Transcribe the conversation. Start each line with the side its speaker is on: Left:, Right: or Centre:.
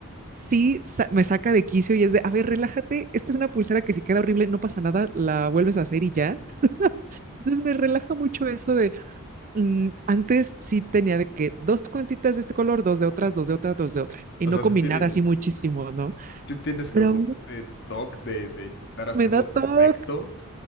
Right: sí sa- me saca de quicio y es de, a ver, relájate, esta es una pulsera que si queda horrible, no pasa nada, la vuelves a hacer y ya.
Left: Ok.
Right: Entonces me relaja mucho eso mm, antes sí tenía de que dos cuentitas de este color, dos de otras, dos de otras, dos de otra, y
Left: O
Right: no
Left: sea,
Right: combinar
Left: si tiene.
Right: así muchísimo, ¿no?
Left: Sí tienes
Right: Pero
Left: como
Right: ahora
Left: este toque de, de intentar hacerlo
Right: me da TOC,
Left: perfecto.